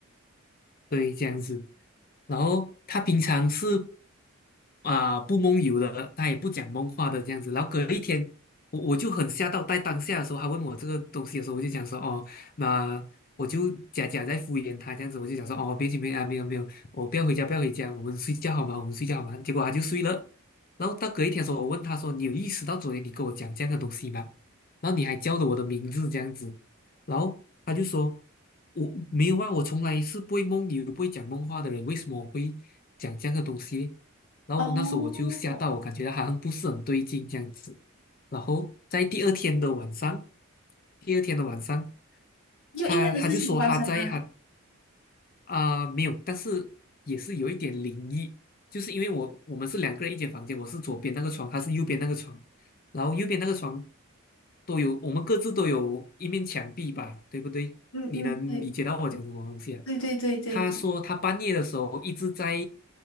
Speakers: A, on the left; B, on the left.
A: 对，这样子。然后他平常是啊、不梦游的，他也不讲梦话的这样子。然后隔一天，我我就很吓到，在当下的时候，他问我这个东西的时候，我就讲说哦，那我就假假在敷衍他这样子，我就讲说哦，别紧别啊，没有没有，我不要回家不要回家，我们睡觉好吗？我们睡觉好吗？结果他就睡了。然后到隔一天的时候，我问他说，你有意识到昨天你跟我讲这样的东西吗？然后你还叫了我的名字这样子，然后他就说：“我没有啊，我从来是不会梦游、不会讲梦话的人，为什么我会讲这样的东西？”然后那时候我就吓到，
B: 哦，
A: 我感觉好像不是很对劲这样子。然后在第二天的晚上，第二天的晚上，
B: 就一样的事情发生啊！
A: 他他就说他在他啊、没有，但是也是有一点灵异，就是因为我我们是两个人一间房间，我是左边那个床，他是右边那个床，然后右边那个床都有，我们各自都有一面墙壁吧，对不对？
B: 嗯嗯，
A: 你能理解到我讲什么东西啊？
B: 对对对对对，
A: 他说他半夜的时候一直在
B: 对